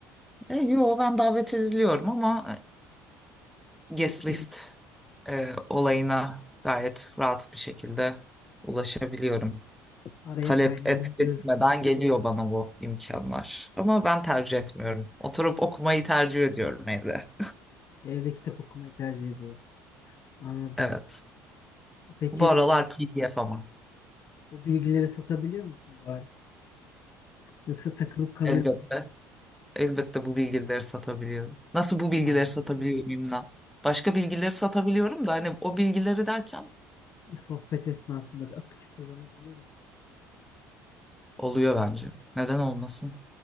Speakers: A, in the centre; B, on the left.
A: E, yo ben davet ediliyorum ama e, guest
B: Be- be-
A: list e, olayına gayet rahat bir şekilde ulaşabiliyorum.
B: Araya
A: Talep
B: kaynıyorum
A: et
B: diyorsun.
A: etmeden geliyor bana bu imkanlar. Ama ben tercih etmiyorum. Oturup okumayı tercih ediyorum evde.
B: Evde kitap okumayı tercih ediyorsun. Anladım.
A: Evet.
B: Peki
A: Bu aralar PDF ama.
B: o bilgileri satabiliyor musun bari? Yoksa takılıp kalıyor
A: Elbette.
B: musun?
A: Elbette bu bilgileri satabiliyorum. Nasıl bu bilgileri
B: Aa,
A: satabiliyorum bilmem. Başka bilgileri satabiliyorum da hani o bilgileri derken
B: sohbet esnasında akıcı kullanabiliyor musun?
A: oluyor bence. Neden olmasın?